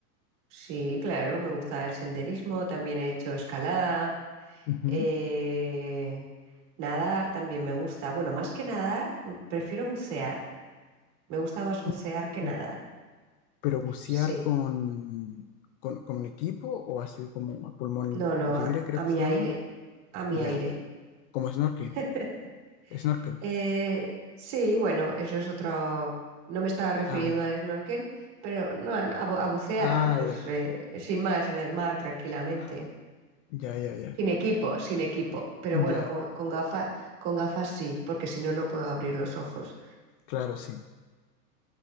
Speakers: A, on the right; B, on the left.
A: Sí, claro, me gusta el senderismo, también he hecho escalada,
B: Ujú.
A: eh, nadar también me gusta. Bueno, más que nadar, m- prefiero bucear. Me gusta más bucear
B: Mm,
A: que nadar.
B: ¿Pero bucear
A: Sí,
B: con, con, con un equipo o así como a pulmón
A: no, no,
B: libre,
A: a,
B: creo
A: a
B: que
A: mi
B: se
A: aire,
B: llama?
A: a mi
B: Ya,
A: aire.
B: ya. Como snorkeling.
A: <laughs>
B: Snorkel.
A: Eh, sí, bueno, eso es otro. No me estaba refiriendo
B: Ah, ya.
A: al snorkel, pero no, a, a bu- a bucear,
B: Ah,
A: a- pues
B: ya.
A: eh, sin más, en el mar, tranquilamente.
B: Ah. Ya, ya, ya.
A: Sin equipo, sin equipo. Pero
B: Ya,
A: bueno, con, con gafas, con gafas sí, porque si no, no puedo abrir los ojos.
B: claro, sí.